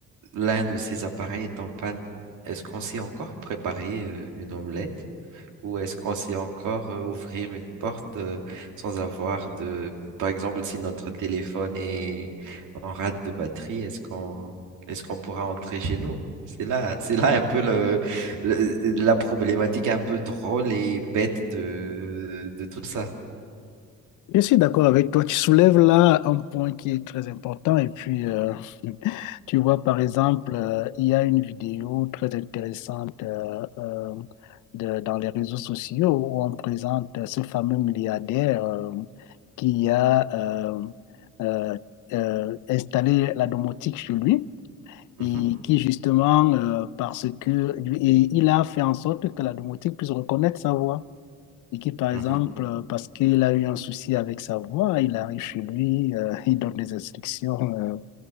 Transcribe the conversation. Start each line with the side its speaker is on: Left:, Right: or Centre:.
Right: l'un de ces appareils est en panne. Est-ce qu'on sait encore préparer euh, une omelette? Ou est-ce qu'on sait encore euh, ouvrir une porte euh, sans avoir de... Par exemple, si notre téléphone est en rade de batterie, est-ce qu'on est-ce qu'on pourra entrer chez nous? C'est là, c'est là un peu le, le- la problématique un peu drôle et bête de, de tout ça.
Left: Je suis d'accord avec toi. Tu soulèves là un point qui est très important. Et puis, euh, <laughs> tu vois, par exemple, euh, il y a une vidéo très intéressante euh, euh, de- dans les réseaux sociaux où on présente euh, ce fameux milliardaire euh, qui a euh, euh, euh, installé la domotique chez lui
Right: Mhm,
Left: et qui justement, euh, parce que et il a fait en sorte que la domotique puisse reconnaître sa voix. Et qui, par exemple,
Right: mhm.
Left: euh, parce qu'il a eu un souci avec sa voix, il arrive chez lui, euh, il donne des instructions. Euh,